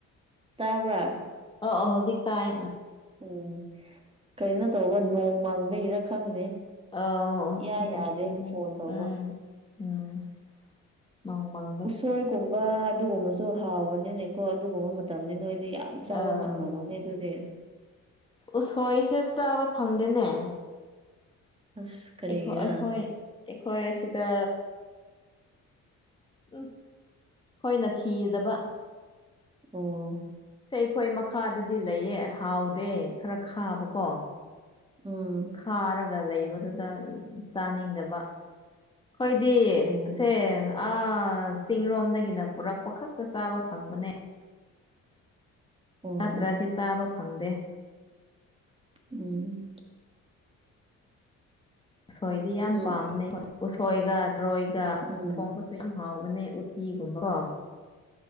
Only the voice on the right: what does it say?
ꯇꯥꯕ꯭ꯔꯥ?
ꯎꯝ ꯀꯩꯅꯣ ꯇꯧꯕ ꯅꯣꯡ ꯃꯪꯕꯩꯔ ꯈꯪꯗꯦ꯫
ꯏꯌꯥ ꯌꯥꯗꯦ
ꯐꯣꯟ ꯇꯧꯕ
ꯎꯁꯣꯏꯒꯨꯝꯕ ꯑꯗꯨꯒꯨꯝꯕꯁꯨ ꯍꯥꯎꯕꯅꯤꯅꯦꯀꯣ ꯑꯗꯨꯒꯨꯝꯕ ꯃꯇꯝꯗꯤ ꯅꯣꯏꯗꯤ ꯌꯥꯝ ꯆꯥꯕ
ꯐꯪꯉꯝꯒꯅꯤ ꯑꯗꯨꯗꯤ꯫
ꯑꯁ ꯀꯔꯤꯒꯤꯔꯥ
ꯑꯣ
ꯎꯝ
ꯎꯝ
ꯑꯣ
ꯎꯝ
ꯎꯝ
ꯎꯝ